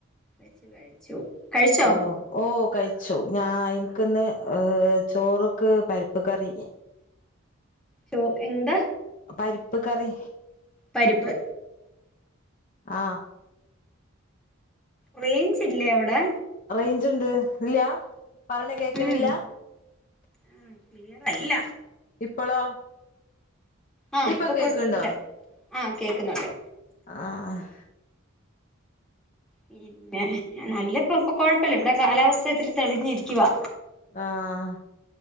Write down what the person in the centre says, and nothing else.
വെച്ച് കഴിച്ചു കഴിച്ചോ
ചോ എന്താ
പരിപ്പ്
റേഞ്ച് ഇല്ലേ അവിടെ
ഉം ഉം ക്ലിയറ് അല്ല
ആഹ്
ഇപ്പൊ
കൊഴപ്പില്ല ആഹ് കേക്കുന്നുണ്ട്
പിന്നെ ഞാൻ നല്ലപ്പോ ഇപ്പൊ കൊഴപ്പല്ല ഇവിടെ കാലാവസ്ഥ ഇത്തിരി തെളിഞ്ഞിരിക്കുവാ